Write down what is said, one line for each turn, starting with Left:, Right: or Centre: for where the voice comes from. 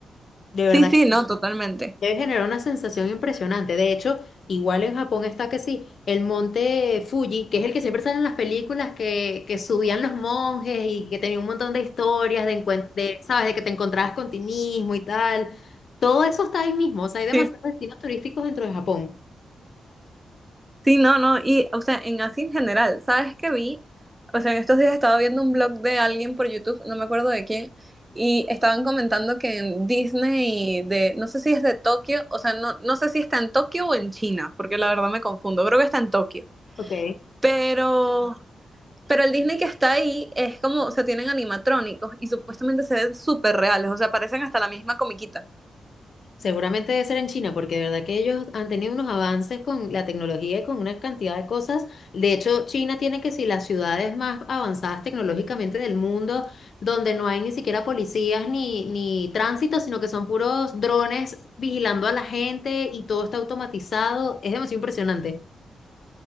Left: De
Right: Sí,
Left: verdad,
Right: sí, no, totalmente.
Left: que debe generar una sensación impresionante. De hecho, igual en Japón está que sí, el monte Fuji, que es el que siempre sale en las películas que, que subían los monjes y que tenía un montón de historias de, encuen- de, ¿sabes? De que te encontrabas con ti mismo y tal. Todo eso está ahí mismo, o sea, hay demasiados
Right: Sí,
Left: destinos turísticos dentro de Japón.
Right: sí, no, no, y o sea, en así en general, ¿sabes qué vi? O sea, en estos días estaba viendo un blog de alguien por YouTube, no me acuerdo de quién, y estaban comentando que en Disney de, no sé si es de Tokio, o sea, no, no sé si está en Tokio o en China, porque la verdad me confundo, creo que está en Tokio.
Left: Ok.
Right: Pero, pero el Disney que está ahí es como, o sea, tienen animatrónicos y supuestamente se ven súper reales, o sea, parecen hasta la misma comiquita.
Left: Seguramente debe ser en China, porque de verdad que ellos han tenido unos avances con la tecnología y con una cantidad de cosas. De hecho, China tiene que si las ciudades más avanzadas tecnológicamente del mundo, donde no hay ni siquiera policías ni, ni tránsito, sino que son puros drones vigilando a la gente y todo está automatizado. Es demasiado impresionante.